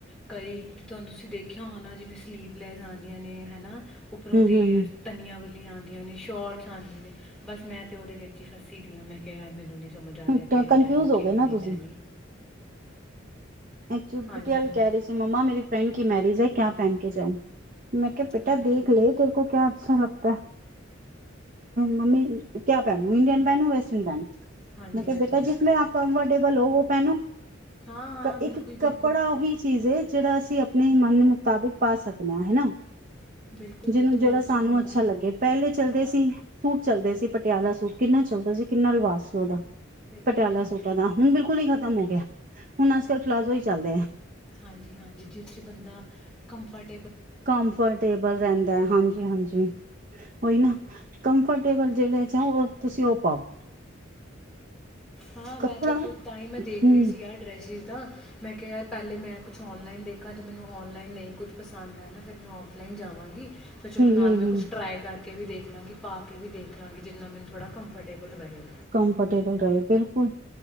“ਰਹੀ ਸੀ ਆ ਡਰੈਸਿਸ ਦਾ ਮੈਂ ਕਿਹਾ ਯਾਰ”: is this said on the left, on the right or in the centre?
Centre